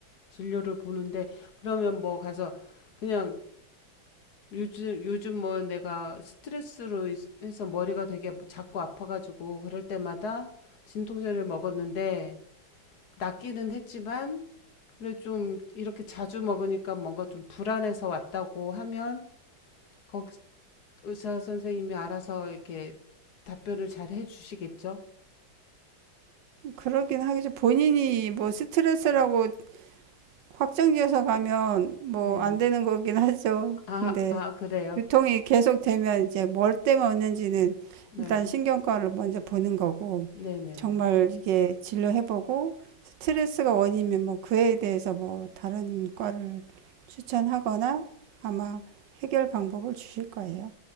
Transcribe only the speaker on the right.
그러긴 하겠죠. 본인이 뭐 스트레스라고 확정지어서 가면 뭐
안 되는 거긴 하죠.
근데
유통이 계속되면 이제 뭘 때문에 얻는지는
일단 신경과를 먼저 보는 거고
정말 이게 진료해보고 스트레스가 원인이면 뭐 그에 대해서 뭐 다른 과를 추천하거나 아마 해결 방법을 주실 거예요.